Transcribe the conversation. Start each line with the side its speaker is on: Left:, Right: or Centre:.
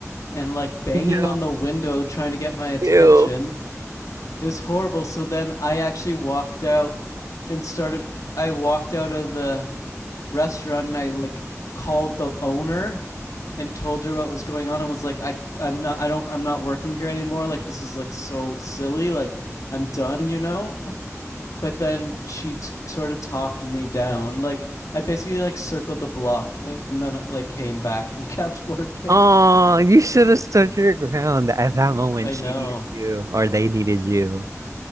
Left: and like banging
Right: ew,
Left: on the window trying to get my attention
Right: ew.
Left: it was horrible. So then I actually walked out and started. I walked out of the restaurant and I like called the owner and told her what was going on and was like, I I'm not I don't I'm not working here anymore. Like this is like so silly. Like I'm done. You know. But then she t- sort of talked me down. Like I basically like circled the block and then like came back and <laughs> kept working.
Right: Oh, you should have stood your ground at that moment.
Left: I
Right: She
Left: know.
Right: needed you, or they needed you